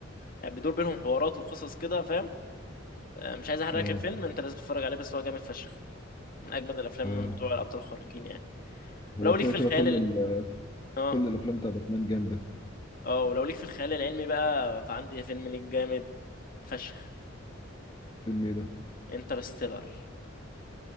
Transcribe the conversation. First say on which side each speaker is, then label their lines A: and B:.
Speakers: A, on the left; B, on the left.
A: يعني بيدور بينهم حوارات وقصص كده فاهم آه، مش عايز احرق
B: اه
A: لك الفيلم انت لازم تتفرج عليه بس هو جامد فشخ من اجمد الافلام
B: اه
A: بتوع الابطال الخارقين يعني
B: هو
A: ولو ليك
B: كده
A: في
B: كده
A: الخيال
B: كل
A: ال...
B: ال...
A: اه
B: كل الافلام بتاع باتمان جامده
A: اه ولو ليك في الخيال العلمي بقى فعندي فيلم ليك جامد فشخ
B: فيلم ايه ده
A: انترستيلر